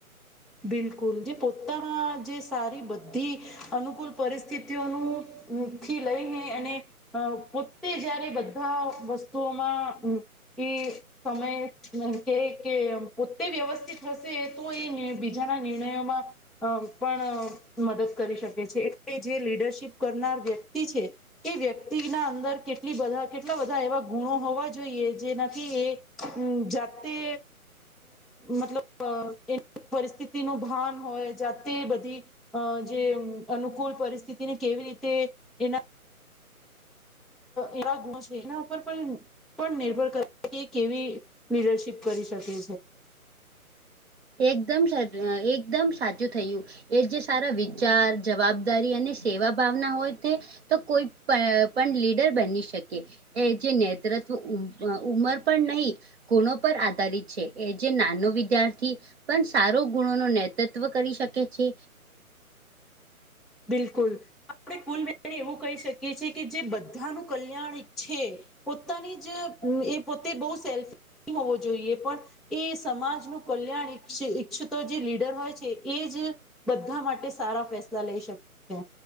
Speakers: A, in the centre; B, on the right.
A: બિલકુલ જે પોતાના જે સારી બધી અનુકૂલ પરિસ્થિતિઓનું થી લઈને અને પોતે જયારે બધા વસ્તુઓમાં એ સમય કે કે પોતે વ્યવસ્થિત હશે તો એ ની બીજાના નિર્ણયોમાં અ પણ મદદ કરી શકે છે એટલે જે લીડરશીપ કરનાર વ્યક્તિ છે તે વ્યક્તિના અંદર કેટલી બધા કેટલા બધા એવા ગુણો હોવા જોઈએ જેનાથી એ હ જાતે મતલબ પરિસ્થિતિ નો ભાન હોય જાતે બધી અ જે અનુકૂલ પરિસ્થિતિને કેવી રીતે એના એવા ગુંણ છે એના ઉપર પણ પણ નિર્ભર કર કે કેવી લીડરશીપ કરી શકે છે
B: એકદમ સા એકદમ સાચુ થયું એ જે સારા વિચાર જવાબદારી અને સેવા ભાવના હોય તે તો કોઈ પણ પણ લીડર બની શકે એ જે નેતૃત્વ ઉંમર પણ નહી ગુણો પર આધારિત છે એ જે નાનો વિદ્યાર્થી થી પણ સારો ગુણો ન નેતૃત્વ કરી શકે છે
A: બિલકુલ આપણે કુલને એવું કહી શકીએ છીએ કે જે બધાનું કલ્યાણ ઈચ્છે પોતાની જ એ પોતે બોહ સેલ્ફી હોવો જોઈએ પણ એ સમાજનું કલ્યાણ ઈછ ઈચ્છતો જે લીડર હોય છે એ જ બધા માટે સારા ફેસલા લઈ શક છે